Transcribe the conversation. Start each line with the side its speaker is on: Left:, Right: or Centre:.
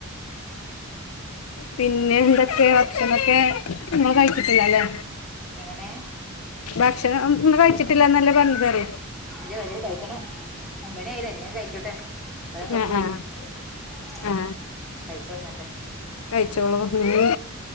Left: പിന്നേന്തൊക്കേ.. ഭക്ഷണൊക്കെ ഇങ്ങള് കഴിച്ചിട്ടില്ലലെ
Centre: എങ്ങനെ
Left: ഭക്ഷണംന്ന് കഴിച്ചിട്ടില്ലാന്നല്ലെ പറഞ്ഞത് അറിയ
Centre: ജവരോത് കഴിക്കിണ ഒമ്പണ്യായിലെ ഇഞാകഴിക്കട്ടെ ഓലൊക്കെപ്പവരും
Left: ആ ആ
Centre: ഉം
Left: ആ
Centre: കഴിച്ചൊട്ങ്ങട്ടെ
Left: കഴിച്ചോളൂ... ന്ന്